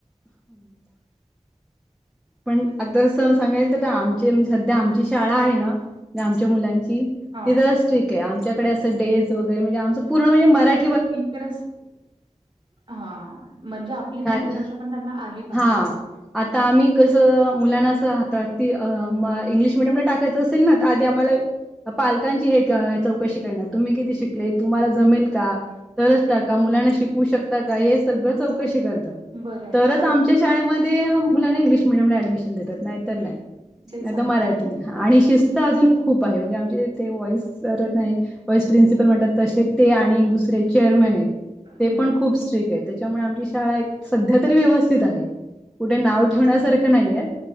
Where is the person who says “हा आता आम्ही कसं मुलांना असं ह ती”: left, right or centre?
Centre